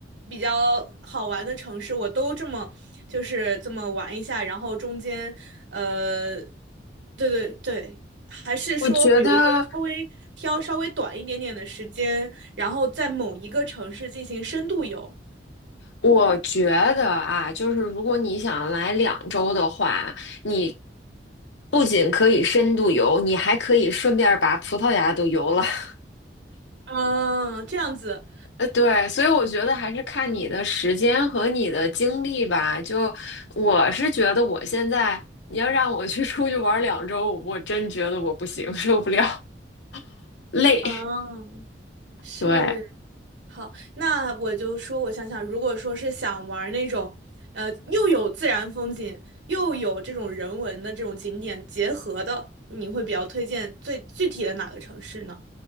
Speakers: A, on the right; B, on the left.
A: 比较好玩的城市，我都这么就是这么玩一下，然后中间，呃，对对对。还是说，
B: 我觉得，
A: 比如说稍微挑稍微短一点点的时间，然后在某一个城市进行深度游？
B: 我觉得啊，就是如果你想来两周的话，你不仅可以深度游，你还可以顺便把葡萄牙都游了。<laughs>
A: 嗯，这样子，
B: 呃，对，所以我觉得还是看你的时间和你的精力吧。就我是觉得，我现在你要让我去出去玩儿两周，我真觉得我不行，受不了，<laughs> 累。
A: 嗯，是，
B: 对。
A: 好，那我就说，我想想，如果说是想玩儿那种，呃，又有自然风景，又有这种人文的这种景点结合的，你会比较推荐最具体的哪个城市呢？